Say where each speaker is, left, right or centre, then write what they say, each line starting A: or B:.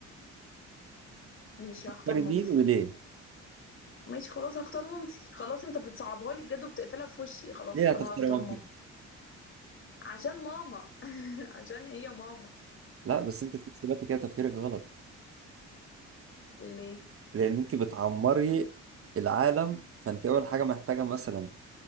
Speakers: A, on the left; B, on the right.
A: ماشي
B: تختاري
A: هختار مامتي
B: مين وليه؟
A: ماشي خلاص هختار مامتي خلاص انت بتصعبها لي بجد وبتقفلها في وشي خلاص
B: ليه هتختاري
A: انا هختار
B: مامتك؟
A: ماما عشان ماما <laughs> عشان هي ماما
B: لا بس انت في نفس الوقت كده تفكيرك غلط
A: ليه
B: لان انت بتعمري العالم فانت اول حاجه محتاجه مثلا